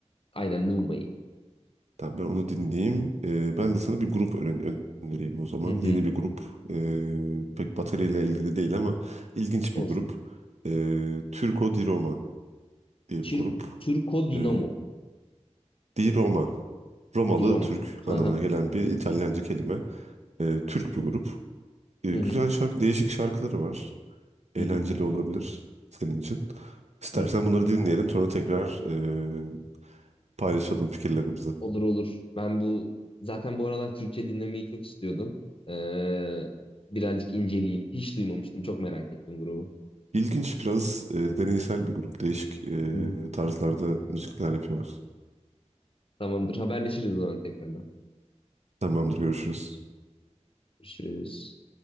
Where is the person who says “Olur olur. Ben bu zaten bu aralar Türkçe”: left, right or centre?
Left